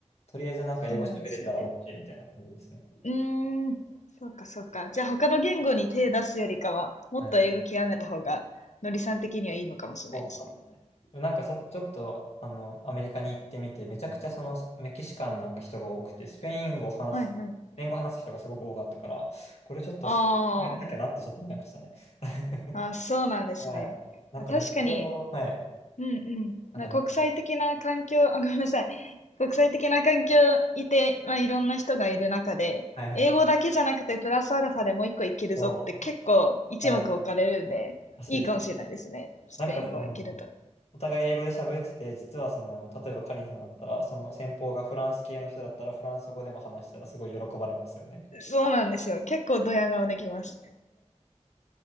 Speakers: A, on the left; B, on the left.
A: とりあえずなんか英語喋れたら
B: そうなんですね。
A: OK みたいな感じですね。
B: うーん。そうかそうか。じゃあ他の言語に手出すよりかは、もっと英語極めた方が、
A: はい。
B: のりさん的にはいいのかもしれないですね。
A: そうかもね。なんかそ、ちょっと、あの、アメリカに行ってみて、めちゃくちゃそのメキシカンな人が多くて、スペイン語を話す、
B: はいはい。
A: スペイン語話す人がすごく多かったから、これちょっとスペイン語やんなきゃなってちょっと思いましたね。
B: あー
A: <laughs>
B: あ、そうなんですね。
A: はい。<laughs> なんか日常、
B: まあ確かに
A: はい。
B: うんうん。
A: なんか日
B: まあ、国際的な環境、<laughs> あ、ごめんなさい。国際的な環境いて、まあ、いろんな人がいる中で、
A: <laughs> はいはいはい
B: 英語だけじゃなくてプラスアルファでもう一個いけるぞって結構一目置かれるんで、
A: そう、はい、らしいです。
B: いいかもしれないですね。スペイン語いけると。
A: なんかその、お互い英語で喋ってて、実はその、例えばカリンさんだったら、その先方がフランス系の人だったら、フランス語でも話したらすごい喜ばれますよね。
B: そうなんですよ。結構ドヤ顔できます。